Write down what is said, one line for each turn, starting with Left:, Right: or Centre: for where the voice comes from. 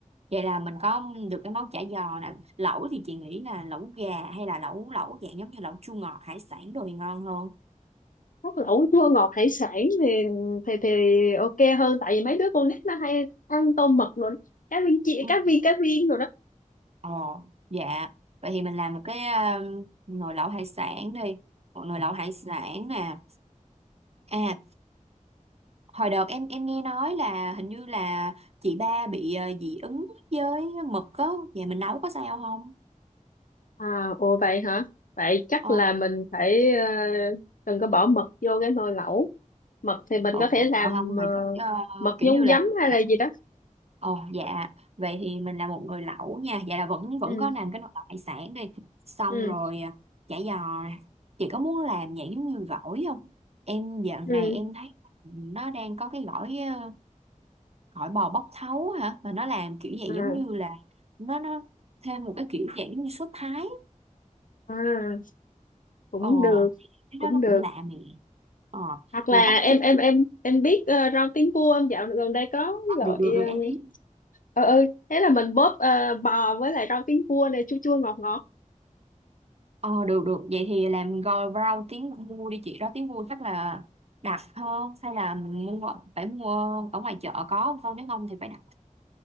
Right: vậy là mình có được cái món chả giò nè. Lẩu thì chị nghĩ là lẩu gà hay là lẩu lẩu dạng giống như lẩu chua ngọt hải sản đồ thì ngon hơn.
Left: hút lẩu chua ngọt hải sản thì thì thì ok hơn tại vì mấy đứa con nít nó hay ăn tôm mực rồi đó. cá viên chị
Right: Ừ.
Left: cá viên cá viên rồi đó
Right: Ờ, dạ. Vậy thì mình làm một cái um, nồi lẩu hải sản đi. Một nồi lẩu hải sản nè. À, hồi đợt em em nghe nói là hình như là chị ba bị ờ, dị ứng với mực á. Vậy mình nấu có sao không?
Left: à ồ vậy hả vậy chắc
Right: Ờ,
Left: là mình phải ờ, đừng có bỏ mực vô cái nồi lẩu mực thì mình
Right: ừ,
Left: có thể làm
Right: còn không
Left: ờ,
Right: thì chắc ờ,
Left: mực
Right: kiểu
Left: nhúng
Right: như là
Left: giấm hay
Right: à,
Left: là gì đó
Right: Ồ dạ vậy thì mình là một người lẩu nha Vậy là vẫn vẫn
Left: ừ
Right: có làm cái nồi lẩu hải sản đi Xong
Left: ừ
Right: rồi à, chả giò nè. Chị có muốn làm dạng giống như gỏi không Em dạo này
Left: ừ
Right: em thấy Nó đang có cái gỏi ờ, Gỏi bò bóc thấu hả Mà nó làm kiểu dạng
Left: à,
Right: giống như là Nó nó thêm một cái kiểu dạng giống như sốt Thái
Left: à cũng
Right: Ồ
Left: được
Right: cái
Left: cũng
Right: đó nó
Left: được
Right: cũng lạ nè Ờ
Left: hoặc là
Right: là bắp
Left: em
Right: chuối
Left: em em em biết ờ, rau tiến vua không dạo gần đây có
Right: Ờ,
Left: loại
Right: Được được được
Left: ờ,
Right: em đi
Left: ừ ừ thế là mình bóp ờ, bò với lại rau tiến vua này chua chua ngọt ngọt
Right: Ờ được được vậy thì làm gói rau tiếng mua đi chị đó tiếng mua chắc là đặt hơn hay là mua ở- phải mua ở ngoài chợ có không con nếu không thì phải đặt